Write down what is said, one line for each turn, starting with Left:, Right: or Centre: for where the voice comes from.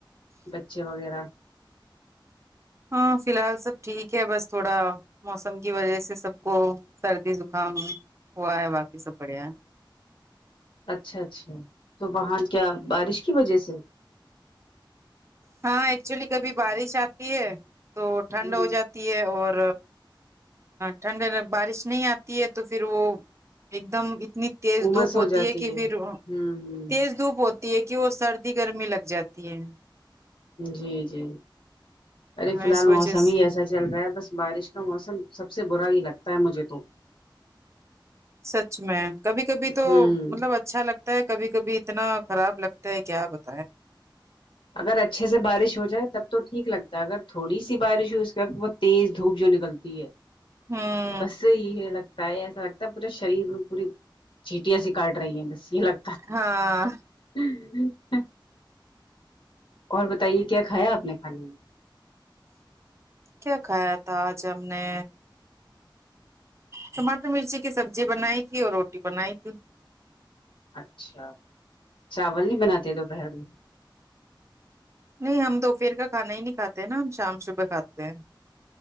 Left: بچے وغیرہ
Right: ہاں فی الحال سب ٹھیک ہے بس تھوڑا موسم کی وجہ سے سب کو سردی زکام ہوا ہے باقی سب بڑھیا ہے
Left: اچھا اچھا تو وہاں کیا بارش کی وجہ سے
Right: ہاں ایکچولی کبھی بارش آتی ہے تو ٹھنڈ
Left: ہوں
Right: ہو جاتی اور ٹھنڈ بارش نہیں آتی ہے تو پھر وہ ایک دم اتنی تیز
Left: امس
Right: دھوپ
Left: ہو
Right: ہوتی
Left: جاتی
Right: ہے کی پھر
Left: ہوں
Right: تیز دھوپ ہوتی تی ہے کی وہ سردی گرمی لگ جاتی ہے
Left: جی جی ارے فی الحال
Right: اس وجہ
Left: موسم
Right: سے
Left: ہی ایسا چل رہا ہے بس بارش کا موسم سب سے برا ہی لگتا ہے مجھے تو
Right: سچ میں کبھی کبھی تو
Left: ہوں
Right: مطلب اچا اچھا لگتا ہے کبھی کبھی اتنا خراب لگتا ہے کیا بتا
Left: اگر اچھے سے بارش ہو جائے تب تو ٹھیک لگ تا ہےاگر تھوڑی سی بارش ہوئی اس کے توبعد تیز دھوپ جو نکلتی ہے
Right: ہمم
Left: بس یہی لگتا ہے ایسا لگتا ہے پورا شریر پوری چیٹیاں سی کاٹ رہی ہیں بس یے لگ
Right: ہاں
Left: <unintelligible> ہ ہ ہ اور بتائیے کیا کھایا آپ نے کھانے میں
Right: کیا کھایا تھا آج ہم نے ٹماٹر مرچی کی سبزی بنائی تھی اور روٹی بنائی تھی
Left: اچھا چاول نہیں بناتے دوپہر میں
Right: نہیں ہم دوپہر کا کھانا ہی نہیں کاتے ہیں نا ہم شام صبح کھاتے ہیں